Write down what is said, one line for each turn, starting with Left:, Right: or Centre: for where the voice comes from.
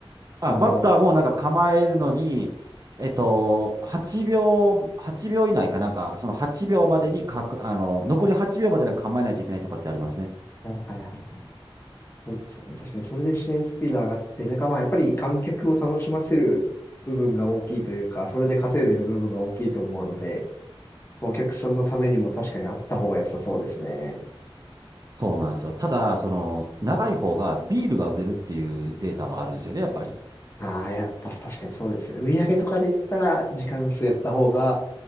Right: まあ、
Left: あの、
Right: バッターもなんか構えるのに、えっと、8秒、8秒以内かなんか、その8秒までにかく、あの、残り8秒までに構えないといけないとかってありますね。
Left: はいはいはいはい。そうですよね。確かにそれで試合スピード上がって、なんかまあやっぱり観客を楽しませる部分が大きいというか、それで稼いでる部分が大きいと思うので、お客さんのためにも確かにあった方が良さそうですね。
Right: そうなんですよ。ただ、その、長い方がビールが売れるっていうデータもあるんですよね、やっぱり。
Left: ああ、やっぱ確かにそうですよね。売り上げとかで言ったら、時間数やった方が、